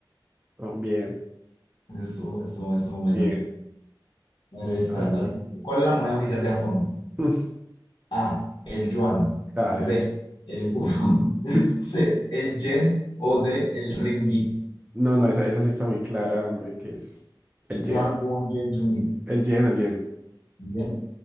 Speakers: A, on the right (about 15°); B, on the left (about 75°).
A: Oh, bien,
B: Entonces, estuvo, estuvo, estuvo bueno.
A: bien.
B: Ahí está,
A: Ah,
B: la siguiente. ¿Cuál es la moneda oficial de Japón?
A: <laughs>
B: A, el yuan.
A: ah,
B: B,
A: esa
B: el won. <laughs>
A: <laughs>
B: C, el yen. O D, el ringgit.
A: No, no, esa, esa sí está muy clara, hombre, que es el yen.
B: Yuan, won, yen, ringgit.
A: El yen, el yen.
B: Bien.